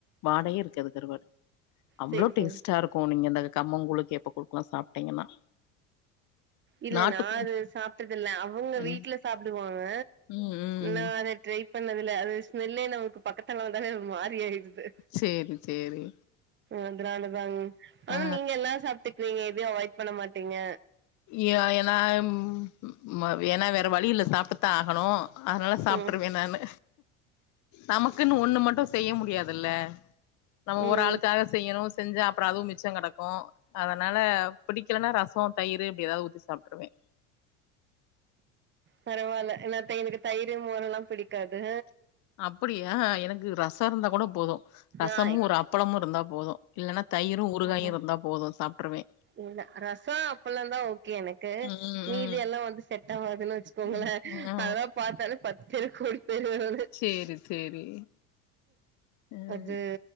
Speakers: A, on the left (about 50°); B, on the right (about 30°).
A: வாடையே இருக் காது கருவாடு அவ்ளோ
B: செரி
A: டேஸ்ட்டா
B: செரி
A: இருக்கு நீங்க இந்த கம்மங்கூல் கேப்ப கூலுக்கெல்லா சாப்ட்டீங்கன்னா
B: இல்ல
A: நாட்டுக்கு
B: நா அது சாப்ட்டது இல்ல அவங்க
A: அ
B: வீட்ல சாப்டுவாங்க
A: ம் ம்
B: நா அதை ட்ரை பண்ணதுல அது ஸ்மெல்லே நமக்கு பக்கத்துல வந்தாலே மாறி ஆயிடு
A: சேரி சேரி
B: அதனாலதாங் ஆனா
A: ஆ
B: நீங்க எல்லா சாப் டுக்வீங்க எதையு அவாய்ட் பண்ண மாட்டீங்க
A: ஏ ஏனா ம் ஏனா வேற வழியில்ல சாப்ட்டுதா ஆகணு அதனால சாப்ட்ருவே
B: ம்
A: நானு நமக்குன் ஒண்ணு மட்டு செய்ய முடியாதுல்ல நம்ம
B: ம்
A: ஒரு ஆளுக்காக செய்யணு செஞ்சா அப்புற அதுவு மிச்ச கெடக்கு அதனால பிடிக்கலனா ரசோ தயிரு அப்டி ஏதாது ஊத்தி சாப் ருவே
B: பரவால்ல நா எனக்கு தயிரு மோரல்லா பிடிக்காது
A: அப்படியா எனக்கு ரச இருந்தா கூட போது ரசமு
B: ஆ
A: ஒரு அப்பளமு இருந்தா கூட போது இல்லன்னா தயிரு ஊறுகாயு
B: ஆஹ
A: இருந்தா போது சாப்ட்ருவே
B: இல்ல ரசொ அப்பல்லோர்ந்தா ஓகே எனக்கு
A: ம்
B: மீதி எல்லா வந்து செட் ஆவாதுன்னு வச்சு கோங்கள
A: ம் ஆ
B: அதல்லா பார்த்தாலே பத்து தெருக்கு ஓடி பேயிர்வே நானூ
A: சேரி சேரி ம்
B: அது